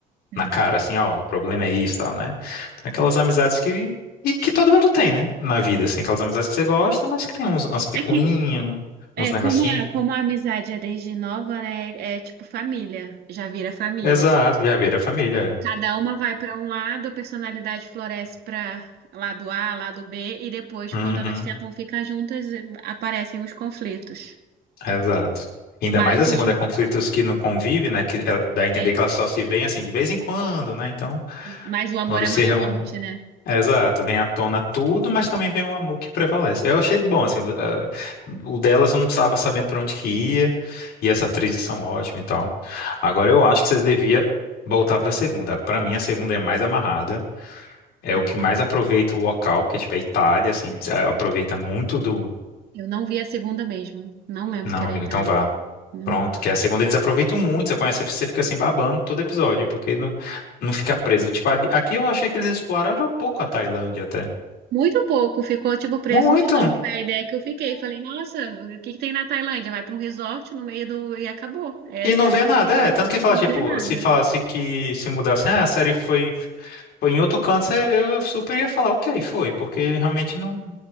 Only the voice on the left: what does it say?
na cara, assim, ó, o problema é isso e tal, né? Então, aquelas amizades que. E que todo mundo tem, né? Na vida, assim, aquelas amizades que você gosta, mas que tem uns, umas picuinhas,
uns negocinhos.
Exato, já vira a família.
Uhum,
exato. Ainda
mais assim,
quando
é conflitos que não convivem, né? Que ela- dá a entender
que elas só se veem assim de vez em quando, né? Então,
quando
se
reúne.
Exato, vem à tona tudo, mas também vem um amor que prevalece. Eu achei bom, assim, ah, o delas eu não estava sabendo para onde que ia, e as atrizes são ótimas e tal. Agora eu acho que você devia voltar para a segunda. Para mim, a segunda é mais amarrada, é
o que mais aproveita o local, porque tipo, é Itália, assim, eles, ah, aproveita muito do.
Não,
amigo,
então vá.
Pronto,
que é a segunda eles aproveitam muito, você conhece, você fica assim babando todo episódio, porque não, não fica preso. Tipo, ali- aqui eu achei que eles exploraram um pouco a Tailândia até.
Muito!
E não vê nada, é. Tanto que fala,
tipo,
se falasse que se mudasse, ah, a série foi, foi em outro canto, você- eu, eu super ia falar, ok, foi, porque realmente não.